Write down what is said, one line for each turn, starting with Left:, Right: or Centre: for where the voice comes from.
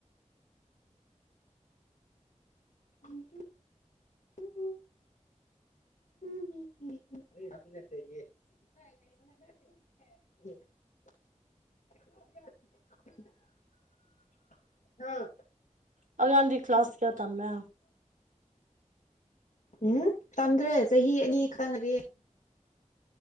Left: <inaudible> <unintelligible> <unintelligible> ꯅꯥ
Right: ꯑꯉꯥꯡꯗꯤ ꯀ꯭ꯂꯥꯁ ꯀꯌꯥ ꯇꯝꯃꯦ
Left: ꯎꯝ ꯇꯝꯗ꯭ꯔꯦ ꯆꯍꯤ ꯑꯅꯤ ꯈꯇ ꯉꯥꯏꯔꯤꯌꯦ꯫